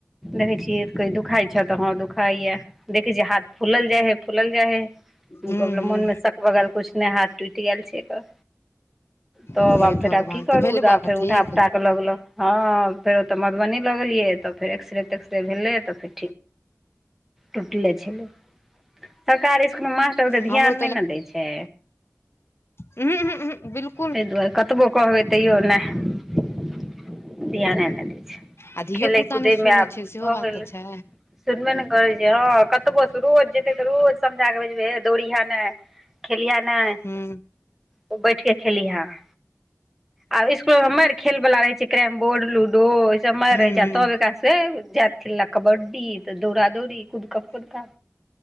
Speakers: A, in the centre; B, on the left (about 50°).
A: देखै छीही एकोरती दुखााय। अच्छा तऽ हं दुखाइया देखै छी हाथ फुलल जाय हय फूलल जाइ हय।
B: हूँ हूँ
A: मोनमे सक भगल किछु नहि हाथ टुटि गेल छै एकऽ। तब
B: हे
A: आब फेर
B: भगवान
A: आब की करू
B: तऽ भेलै
A: तब
B: बौआ के
A: फेर उठा
B: ठीक
A: फुटा के लगलो हँ फेरोते मधुबनी लग गेलियै। तऽ फेर् एक्सरे तेक्सरे भेलै तऽ फे। टूटले छलै सरकार। कखनो मास्टर ओ त
B: हमरो
A: ध्यान नहि ने दै छै।
B: अहँँ बिलकुल।
A: एहि दुआरे कतबो कहबै तैयो ने ध्याने नहि दै छै,
B: आ धियो
A: खेलय
B: पुता
A: कूदयमे
B: नहि सुनै
A: आब
B: छै सेहो
A: भऽ
B: बात
A: गेलै।
B: तऽ छै
A: सुनबे ने करै छै हँ कतबो रोज जेतै तऽ रोज समझा केे भेजबै हे दौड़िहे नहि खेलिहे नहि
B: हूं
A: ओ बैठ के खेलिहें। आ इसकुल मे मैर खेल वला रहै छै कैरम बोर्ड, लूडो ई सब मैर
B: हूं
A: रहै छै
B: हूं
A: तब एकरा से जाइत खेलै ला कबड्डी तऽ दौड़ा दौ ड़ी कुदकब खुदका